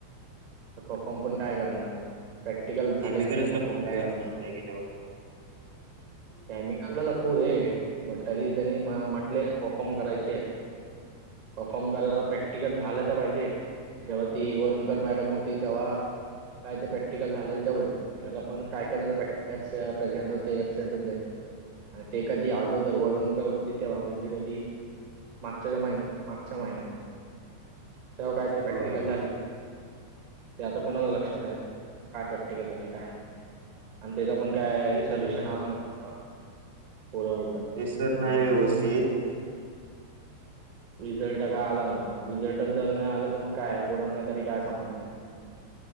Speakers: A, on the right; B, on the right.
A: तर परफॉर्म पण काय करणार प्रॅक्टिकल झाले
B: केमिकल्सला
A: नाही तर, परफॉर्म
B: फोन
A: काय
B: ठेवूया
A: करणार.
B: आपण उद्या गेल्यावर.
A: केमिकल ला लपवू रे बट तरी त्यांनी म्हटले परफॉर्म करायचे आहे. परफॉर्म करायला प्रॅक्टिकल झालं तर पाहिजे. जेव्हा ती वरुणकर मॅडम होती तेव्हा काय ते प्रॅक्टिकल झालेलं तेवढेच आणि त्याला पण काय-कायजण प्रेझेंट होते, ऍबसेंट होते. आणि ते कधी अगोदर वरूणकर होते तेव्हा म्हणजे कधी मागच्याच्या महिन्या मागच्या महिन्यात तेव्हा काय ते प्रॅक्टिकलं
B: होय
A: झाली. ते आता कोणाला लक्षात आहे काय प्रॅक्टिकल झाली काय नाही. आणि त्याचा पण काय
B: तेच
A: सोल्युशन
B: रे
A: आला नव्हता त्यावेळा पोरं बोलतात.
B: ते सर
A: आणि
B: नाही व्यवस्थितं.
A: रिझल्ट काय आला नव्हता, रिझल्टच जर नाही आलं तर मग काय पोरांना तरी काय समजलयं.